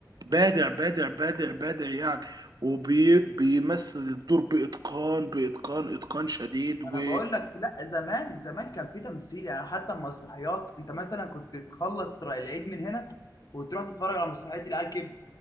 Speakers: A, on the right; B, on the left.
A: بادع بادع بادع بادع يعني وبيمثل الدور بإتقان بإتقان إتقان شديد و
B: انا بقول لك لا زمان زمان كان في تمثيل يعني حتى المسرحيات انت مثلا كنت تخلص العيد من هنا وتروح تتفرج على مسرحيه العيال كبر